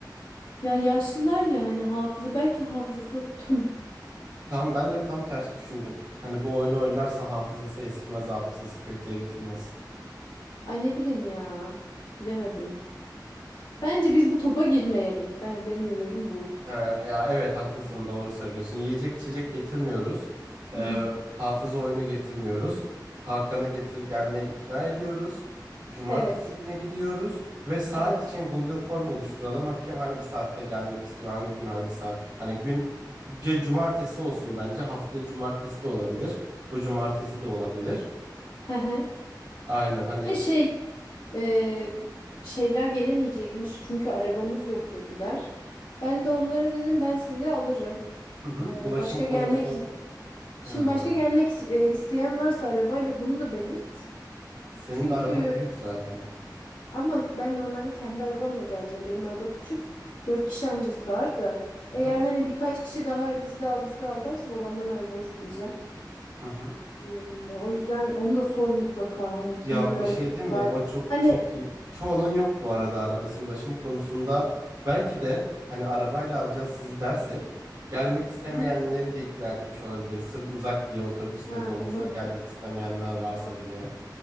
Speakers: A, on the left; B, on the right.
A: Ya yaşlılar ya hani hafıza belki hafızasını tutamıyor.
B: Tam ben de tam ters düşündüm. Hani bu oyunu oynarsa hafızası eskimez, hafızası kötüye gitmez.
A: Ay ne bileyim ya. Bilemedim. Bence biz bu topa girmeyelim. Ben benim önerim bu.
B: He, ya evet haklısın, doğru söylüyorsun. Yiyecek içecek getirmiyoruz. Ee,
A: <clears throat>
B: hafıza oyunu getirmiyoruz. Hakan'ı getir gelmeye ikna ediyoruz. Cumartesi
A: Evet.
B: günü gidiyoruz ve saat
A: Evet.
B: için Google Form oluşturalım. Hakim hangi saatte gelmek istiyor, hangi gün hangi saat. Hani günce cumartesi olsun bence. Haftaya cumartesi de olabilir. Bu cumartesi de olabilir.
A: Hı hı.
B: Aynen hani
A: Bir de şey e, şeyler gelemeyecekmiş çünkü arabamız yok dediler. Ben de onlara dedim ben sizi alırım.
B: Hı hı.
A: E,
B: Ulaşım
A: başka
B: konusu
A: gelmek
B: Ha.
A: şimdi başka gelmek e, isteyen varsa arabayla bunu da belirt.
B: Senin
A: Çünkü
B: araba büyük zaten.
A: Ama ben normalde kendi arabamla geleceğim. Benim araba küçük. Dört kişi anca sığar da.
B: Aha,
A: Eğer hani birkaç kişi daha bizde al bizde al derse babamdan arabayı isteyeceğim.
B: aha.
A: Ee, o yüzden onu da sor mutlaka. Hani kimin
B: Ya
A: arabası
B: bir şey değil mi?
A: var.
B: O çok
A: Hani
B: çok iyi. Çoğunun yok bu arada arabası ulaşım konusunda. Belki de hani arabayla alacağız sizi dersek gelmek istemeyenleri
A: Hı hı.
B: de ikna etmiş olabiliriz. Sırf uzak diye otobüste
A: Ha,
B: dolmuşta
A: olabilir.
B: gelmek istemeyenler varsa
A: Olabilir.
B: diye.